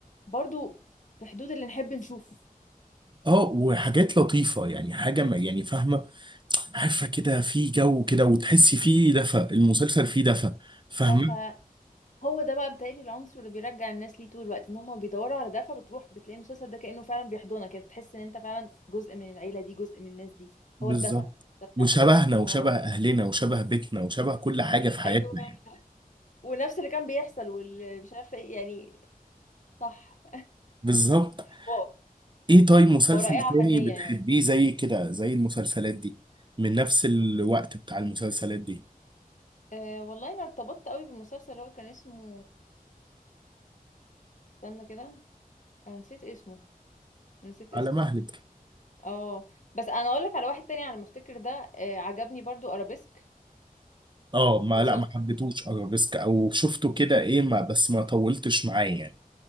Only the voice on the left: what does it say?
برضو في حدود اللي نحب نشوفه
ده فهو ده بقى بيتهيألي العنصر اللي بيرجع الناس ليه طول الوقت ان هم بيدوروا على ده فبتروح بتلاقي المسلسل ده كأنه فعلا بيحضنك كده تحس ان انت فعلا جزء من العيلة دي جزء من الناس دي
هو الدفى تصدق؟
اه
ايوه
ونفس اللي كان بيحصل واللي مش عارفة ايه يعني صح
واو
هو رائعة
فنية
يعني
أه والله انا ارتبطت قوي بالمسلسل اللي هو كان اسمه استنى كده انا نسيت اسمه نسيت
اسمه
اه بس انا اقول لك على واحد تاني على ما افتكر ده أه عجبني برضو ارابيسك
مسلسل